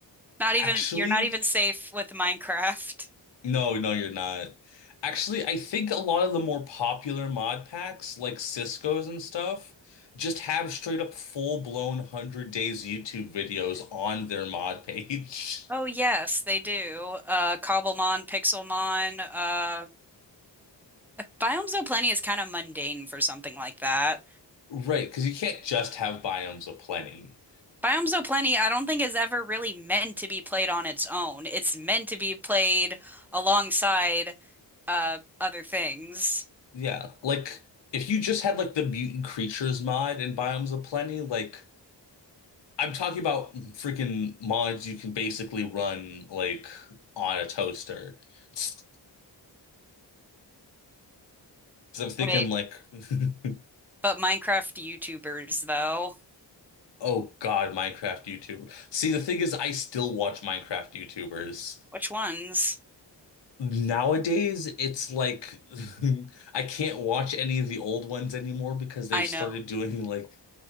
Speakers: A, in the centre; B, on the left (about 70°).
A: Not even
B: actually,
A: you're not even safe with Minecraft.
B: no, no, you're not. Actually, I think a lot of the more popular mod packs, like Cisco's and stuff, just have straight up full-blown 100 days YouTube videos on their mod page.
A: Oh
B: <laughs>
A: yes, they do. Uh Cobblemon, Pixelmon, uh Biomes Zooplenia is kind of mundane for something like that.
B: Right, because you can't just have biomes of plenty.
A: Biomes Zooplany, I don't think is ever really meant to be played on its own. It's meant to be played alongside uh other things.
B: Yeah, like if you just had like the mutant creatures mod in Biomes of Plenty, like I'm talking about freaking mods you can basically run like on a toaster. Because I'm thinking
A: Wait,
B: like, <laughs>
A: but Minecraft YouTubers though.
B: oh God, Minecraft YouTuber. See, the thing is, I still watch Minecraft YouTubers.
A: Which ones?
B: Nowadays, it's like <laughs> I can't watch any of the old ones anymore because they've
A: I
B: started
A: know.
B: doing like